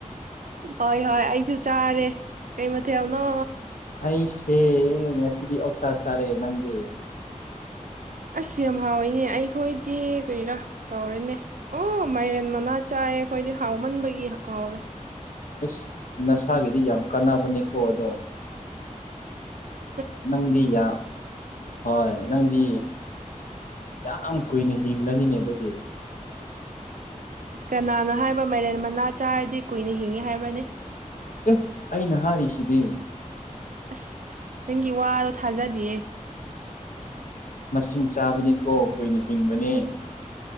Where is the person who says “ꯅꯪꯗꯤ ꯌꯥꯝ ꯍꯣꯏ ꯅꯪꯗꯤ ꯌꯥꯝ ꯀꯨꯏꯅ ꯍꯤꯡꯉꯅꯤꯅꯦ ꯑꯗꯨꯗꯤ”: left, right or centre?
Left